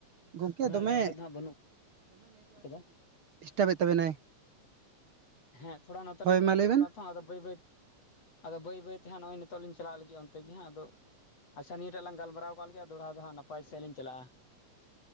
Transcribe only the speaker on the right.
ᱜᱚᱝᱠᱮ
ᱫᱚᱢᱮ
ᱰᱤᱥᱴᱟᱯᱮᱫ ᱛᱟᱵᱮᱱᱟᱭ
ᱦᱳᱭ
ᱢᱟ
ᱞᱟᱹᱭ
ᱵᱮᱱ